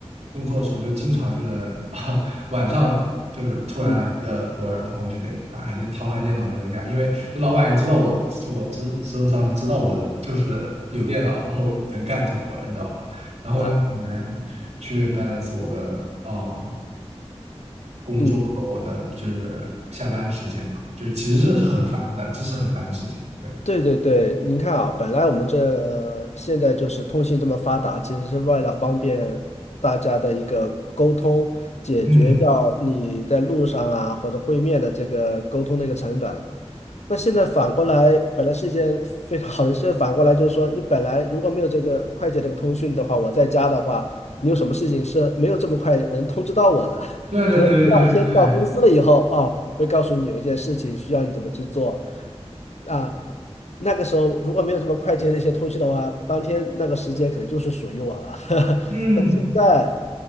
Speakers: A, on the right; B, on the left.
A: 工作的时候，就经常就能 <laughs> 晚上就是突然来个活儿，
B: 嗯
A: 然后我就得打开电掏开电脑就能干，因为老板也知道我，就我知知道上知道我就是有电脑，然后能干这活儿，你知道吧？然后又很难去
B: 啊，
A: balance 我的啊、呃工作和我的就是下班的时间嘛，
B: 嗯。
A: 就是其实是很烦的，这是很烦的事情。对，
B: 对对对，您看啊，本来我们这现在就是通信这么发达，其实是为了方便大家的一个沟通，解决掉你在路上啊或者会面的这个沟通的一个成本。
A: 嗯，
B: 那现在反过来，本来是一件非常好的事，现在反过来就是说，你本来如果没有这个快捷这个通讯的话，我在家的话，你有什么事情是没有这么快能通知到我的，<laughs>
A: 对对对对对，
B: 可能我第二天到公司了以后，啊，会告诉你有一件事情需要你怎么去做。啊，那个时候如果没有这么快捷的一些通讯的话，当天那个时间可能就是属于我了。<laughs>
A: 嗯。
B: 但现在